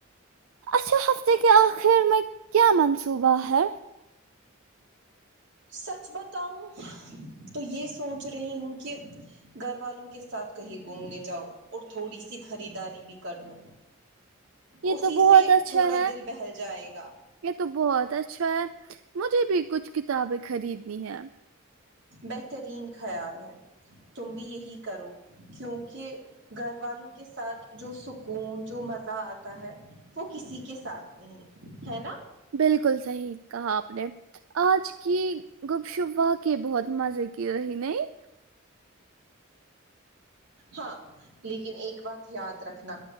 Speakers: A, on the right; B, on the right.
A: اچھا ہفتہ کے آخر میں کیا منصوبہ ہے
B: سچ بتاؤ تو یہ سوچ رہی ہوں کہ گھر والوں کے ساتھ کہیں گھومنے جاؤں اور تھوڑی سی خریداری بھی کر لوں
A: یہ
B: اسی
A: تو بہت
B: سے
A: اچھا
B: تھوڑا
A: ہے
B: دل بہل جائے گا
A: یہ تو بہت اچھا ہے مجھے بھی کچھ کتابیں خریدنی ہے
B: بہترین خیال ہے تم بھی یہی کرو کیونکہ گھر والوں کے ساتھ جو سکون جو مزہ آتا ہے وہ کسی کے ساتھ نہیں ہے نا
A: بالکل صحیح کہا آپ نے آج کی گپ شپ وا کے بہت مزے کی رہی نہیں
B: ہاں لیکن ایک بات یاد رکھنا